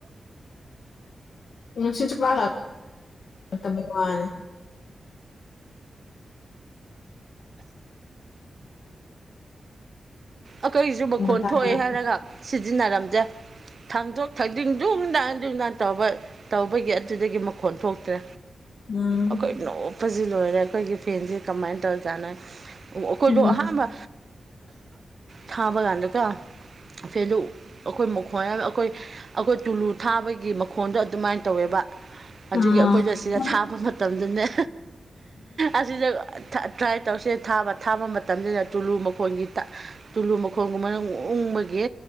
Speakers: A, on the left; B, on the right.
A: ꯅꯨꯟꯁꯤꯠ ꯁꯨꯛ ꯂꯛ ꯂꯛꯇꯕꯒꯤ ꯋꯥꯅꯤ
B: ꯑꯈꯣꯏꯁꯨ ꯃꯈꯣꯟ
A: ꯅꯤꯡꯊꯝꯊꯥ
B: ꯊꯣꯛꯑꯦ
A: ꯌꯧꯔꯛꯄꯗ
B: ꯍꯥꯏꯔꯒ ꯁꯤꯖꯤꯟꯅꯔꯝꯗꯦ ꯊꯥꯡꯗꯣꯛ ꯊꯥꯡꯖꯤꯟ ꯗꯨꯝ ꯗꯥꯝ ꯗꯨꯝ ꯗꯥꯝ ꯇꯧꯕ ꯇꯧꯕꯒꯤ ꯑꯗꯨꯗꯒꯤ ꯃꯈꯣꯟ ꯊꯣꯛꯇ꯭ꯔꯦ
A: ꯑꯥ
B: ꯑꯩꯈꯣꯏ ꯅꯣꯞꯄꯁꯤ ꯂꯣꯏꯔꯦ ꯑꯩꯈꯣꯏꯒꯤ ꯐꯦꯟꯁꯤ ꯀꯃꯥꯏꯅ ꯇꯧꯔꯤꯖꯥꯠꯅꯣ ꯑꯩꯈꯣꯏꯗꯣ
A: ꯎꯝ
B: ꯑꯍꯥꯟꯕ ꯊꯥꯕꯒꯗꯒ ꯐꯦꯟ ꯗꯨ ꯑꯩꯈꯣꯏ ꯃꯈꯣꯟ ꯑꯩꯈꯣꯏ ꯑꯩꯈꯣꯏ ꯇꯨꯂꯨ ꯊꯥꯕꯒꯤ ꯃꯈꯣꯟꯗꯣ ꯑꯗꯨꯃꯥꯏꯅ ꯇꯧꯋꯦꯕ ꯑꯗꯨꯒꯤ
A: ꯑꯥ
B: ꯑꯩꯈꯣꯏꯗ ꯁꯤꯗ
A: ꯎꯝ
B: ꯊꯥꯕ ꯃꯇꯝꯗꯨꯅꯦ ꯑꯁꯤꯗ ꯇ꯭ꯔꯥꯏ ꯇꯧꯁꯦ ꯊꯥꯕ ꯊꯥꯕ ꯃꯇꯝꯁꯤꯗ ꯇꯨꯂꯨ ꯃꯈꯣꯟꯒꯤ ꯇꯨꯂꯨ ꯃꯈꯣꯡꯒꯨꯝꯕꯅ ꯎꯡꯕꯒꯤ